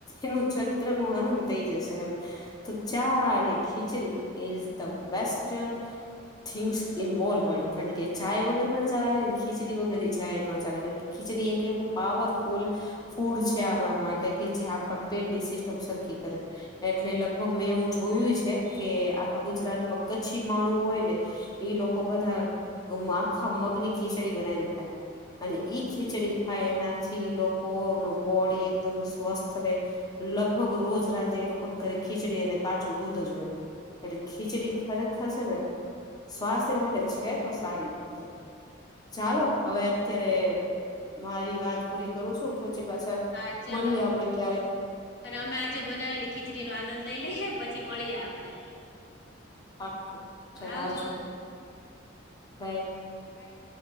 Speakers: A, on the left (about 20°); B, on the left (about 60°).
A: એનું ચરિત્ર નું હનન થઇ જશે એમ તો ચા અને ખીચડી is the best things involve હોય કારણ કે ચાય વગેર ના ચાલે ને ખીચડી વગેરે ચાય ન ચાલે કારણ ખીચડી એક એવું પાવરફુલ ફૂડ છે આપડા માટે કે જે આપણા પેટ ની સિસ્ટમ સરખી કરે એટલે લગભગ મેં એવું જોયું છે કે આપણા ગુજરાતમાં કચ્છી માળું હોય ને એઈ લોકો બધા આખા મગની ખીચડી બનાવી ને ખાય અને ઈ ખીચડી ખાય એનાથી લોકો ન બોડી એક એકદમ સ્વસ્થ રહેે લગભગ રોજ રાતે એ લોકોને ઘરે ખીચડી અને કાચું દૂધ જ હોય એટલે ખીચડી ખરેખર છે ને સ્વાસ્થ્ય માટે છે તો સારી રીતે ચાલો હવે અત્યારે મારી વાત પૂરી કરું છું પછી પાછા
B: હા ચાલો
A: મળીએ આપડે ક્યારેક
B: અને અમે આજે બનાવેલી ખીચડીનોો આનંદ લઈ લઈએ પછી મળીએ આપડે
A: પાક ચલા
B: આવજો
A: જોોગ એક
B: બાય